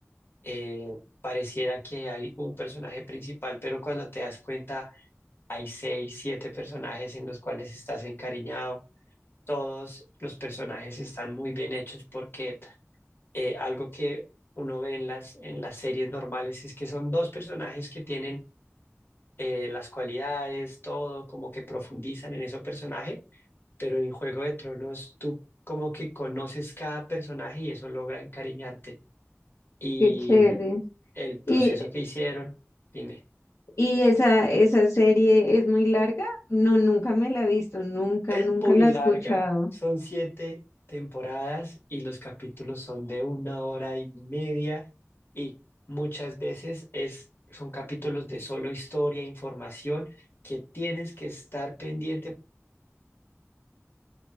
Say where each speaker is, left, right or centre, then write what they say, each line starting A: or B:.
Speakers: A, on the left; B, on the left.
A: Eh, pareciera que hay un personaje principal, pero cuando te das cuenta Hay seis, siete personajes en los cuales estás encariñado. Todos los personajes están muy bien hechos porque eh, algo que uno ve en las, en las series normales es que son dos personajes que tienen eh, las cualidades, todo, como que profundizan en ese personaje, pero en Juego de Tronos tú como que conoces cada personaje y eso logra encariñarte. Y
B: Qué chévere.
A: el el proceso
B: Y,
A: que hicieron, dime.
B: y esa, esa serie es muy larga. No, nunca me la he visto, nunca,
A: Es
B: nunca
A: muy
B: la
A: larga,
B: he escuchado.
A: son siete temporadas y los capítulos son de una hora y media y muchas veces es, son capítulos de solo historia, información que tienes que estar pendiente.